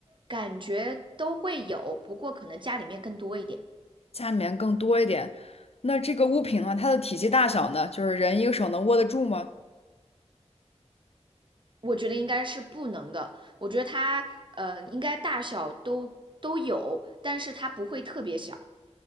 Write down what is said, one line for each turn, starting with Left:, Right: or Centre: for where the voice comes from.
Right: 感觉都会有，不过可能家里面更多一点。
Left: 家里面更多一点。那这个物品呢，它的体积大小呢，就是人一个手能握得住吗？
Right: 我觉得应该是不能的。我觉得它呃应该大小都都有，但是它不会特别小。